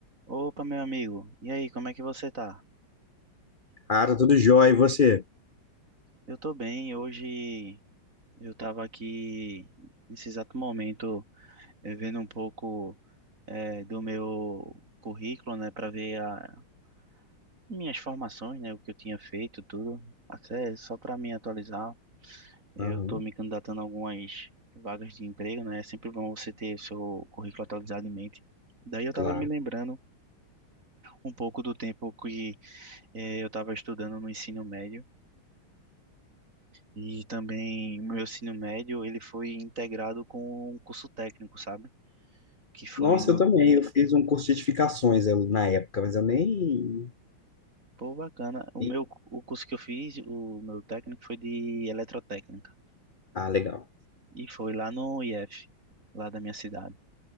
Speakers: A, on the right (about 35°); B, on the left (about 40°).
A: Opa, meu amigo. E aí, como é que você tá?
B: Ah, tá tudo jóia, e você?
A: Eu tô bem. Hoje eu tava aqui nesse exato momento eh, vendo um pouco eh, do meu currículo, né, para ver a, minhas formações, né, o que eu tinha feito, tudo. Até só para me atualizar. Eu
B: Aham,
A: tô me candidatando a algumas vagas de emprego, né? É sempre bom você ter o seu currículo atualizado em mente. Daí eu tava
B: claro.
A: me lembrando um pouco do tempo que eh, eu tava estudando no ensino médio. E também o meu ensino médio, ele foi integrado com um curso técnico, sabe? Que foi
B: Nossa,
A: no...
B: eu também. Eu fiz um curso de edificações eu- na época, mas eu nem.
A: Pô, bacana. O
B: nem-
A: meu, o curso que eu fiz, o meu técnico foi de eletrotécnica.
B: Ah, legal.
A: E foi lá no IF, lá da minha cidade.